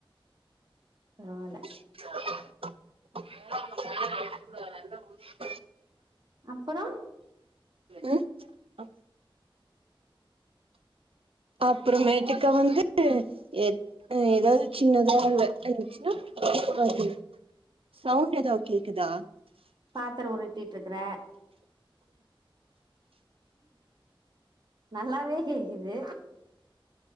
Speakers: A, on the right; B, on the right.
A: பரவால்ல
B: <inaudible>
A: அப்பறோ
B: ம் அ அப்பறமேட்டுக்கா வந்து இப் அ எதாவ்து சின்னதா அங்க இருந்துச்சுனா பாத்துருவ சவுண்ட் எதாவ் கேக்குதா
A: பாத்தர உருட்டிட்ருக்குற நல்லாவே கேக்குது